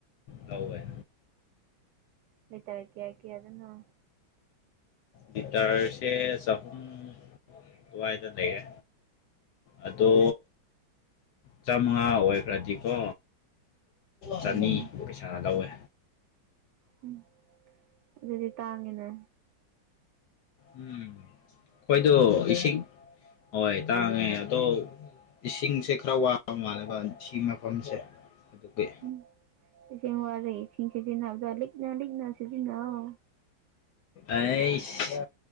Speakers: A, on the left (about 70°); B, on the right (about 75°).
A: ꯂꯧꯑꯦ
B: ꯇꯀꯤꯌꯥ ꯀꯤꯌꯥ ꯗꯅꯣ
A: ꯒꯤꯇꯥꯔꯁꯦ ꯆꯍꯨꯝ ꯑꯗꯨꯋꯥꯏꯗ ꯂꯩꯌꯦ ꯑꯗꯣ ꯆꯥꯃꯉꯥ ꯑꯣꯏꯈ꯭ꯔꯗꯤꯀꯣ ꯆꯅꯤ
B: ꯎꯝ
A: ꯄꯩꯁꯥ ꯂꯧꯋꯦ
B: ꯎꯝ ꯑꯗꯨꯗꯤ ꯇꯥꯡꯉꯦꯅ
A: ꯎꯝ ꯈꯣꯏꯗꯣ ꯏꯁꯤꯡ ꯍꯣꯏ ꯇꯥꯡꯉꯦ ꯑꯗꯣ ꯏꯁꯤꯡꯁꯦ ꯈꯔ ꯋꯥꯕ ꯃꯥꯜꯂꯦꯕ ꯁꯤ ꯃꯐꯝꯁꯦ ꯑꯗꯨꯒꯤ
B: ꯎꯝ ꯏꯁꯤꯡ ꯋꯥꯔꯦ ꯏꯁꯤꯡ ꯁꯤꯖꯤꯟꯅꯕꯗꯣ ꯂꯤꯛꯅ ꯂꯤꯛꯅ ꯁꯤꯖꯤꯟꯅꯧ
A: ꯑꯩꯁ